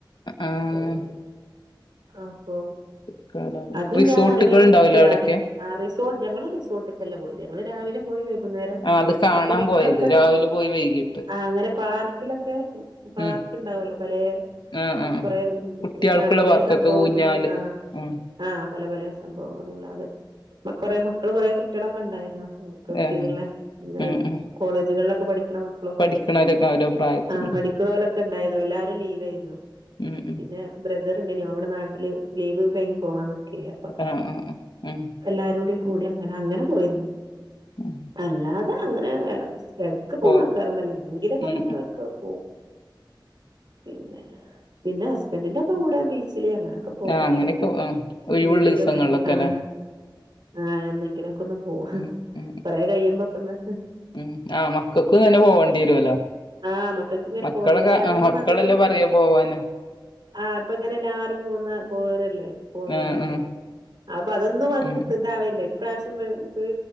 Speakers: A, on the left (about 65°); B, on the right (about 65°).
A: ആഹ്
B: പോയിരുന്നേ അപ്പോ.
A: കക്കാടം പോയി
B: അത്
A: റിസോർട്ടുകൾ
B: ഞാൻ അറിയണൊരു
A: ഉണ്ടാവൂലേ
B: കുപ്പിയാണ്.
A: അവിടെയൊക്കെ
B: ആ റിസോട്ട്. ഞങ്ങെള് റിസോട്ടെക്കെല്ല പോയത്. ഞങ്ങെള് രാവിലെ പോയെത്. അന്നേരം
A: ആഹ് അത് കാണാൻ
B: മക്കെളെക്കെ.
A: പോയത് രാവിലെ പോയി വൈകിട്ട്
B: ആഹ് അങ്ങെനെ പാർക്കിലെക്കെ. പാർക്കുണ്ടാവല്ലോ
A: ഉം
B: പലേ
A: ആഹ് ആഹ്
B: കൊറെ
A: കുട്ടികൾക്കുള്ള
B: സാപല
A: പാർക്കൊക്കെ
B: സംഭവൊള്ള
A: ഊഞ്ഞാല്
B: ആഹ്.
A: ഉം
B: ആഹ് പലെ പലെ സംഭവങ്ങളൊള്ളതേ. ഇവ്ടെ കൊറെ മക്കെള് കൊറെ കുട്ടികളൊക്കെ ഒണ്ടാരുന്നു. ഉം പ്പ
A: ഏഹ്
B: ഫ്രീയല്ലേ. ഇങ്ങനെ
A: ഉം ഉം
B: കോളേജുകളിലെക്കെ പഠിക്കണ മക്കെക്ക്.
A: പഠിക്കണവരൊക്കെ ഓരോ പ്രായത്തിലുള്ള
B: ആഹ് പഠിക്കുന്ന പോലെക്കെ ഉണ്ടായെന്നു. എല്ലാരും ലീവായിരുന്നു.
A: ഉം ഉം
B: പിന്നെ ബ്രദർയുണ്ടേന് ഓവെടെ നാട്ടില്, ലീവ് കഴിഞ്ഞ് പോവാൻ നിക്കെയാ.
A: ആഹ് ആഹ് ആഹ് ഉം
B: എല്ലാരോടും കൂടി അങ്ങനെ അങ്ങനെ പോയിരുന്നു.
A: ഉം
B: അല്ലാതെ അങ്ങനെ വേറെ സ് വേർക്കെക്കെങ്ങനെ
A: പോയി
B: നടത്താരുന്നല്ലോ. എങ്കിലുക്കെ അങ്ങനെ
A: ഉം
B: വർക്ക് പോവും. പിന്നെ പിന്നെ ഹസ്ബൻഡിന്റെപ്പഠ കൂടെ ബീച്ചില് അങ്ങനെ ക്കെ പോവും.
A: ആഹ്
B: എടക്കൊക്കെ
A: അങ്ങനെയൊക്കെ ആഹ് ഒഴിവുള്ള
B: ഒന്നെങ്കിലൊക്കെ
A: ദിവസങ്ങളിലൊക്കെല്ലേ
B: ആഹ്. ആഹ് എന്നെങ്കിലുക്കെയൊന്ന് പോവാ.
A: ഉം ഉം
B: കൊറെ കഴിയുമ്പോക്കെയൊന്ന്.
A: ഉം ആഹ് മക്കക്ക് തന്നെ പോകേണ്ടി വെരുവല്ലോ.
B: ആഹ് മക്കൾക്ക് ഇങ്ങനെ
A: മക്കെളെക്കെ
B: പോകേണ്ടി വരും പക്ഷെ അതൊന്നും
A: മക്കെളല്ലേ
B: മക്കൾക്ക്
A: പറയാ പോവാന്ന്.
B: ആഹ് അപ്പ ഇങ്ങനെല്ലാരും പോകുന്ന പോയവരല്ലേ. പോന്നോരല്ലേ.
A: ആഹ് ആഹ്
B: അപ്പ അതൊന്നും അതിക്ക്
A: ഉം
B: പിത്യവെല്ല ഇപ്രാവശ്യം വെരുമ്പഴ്.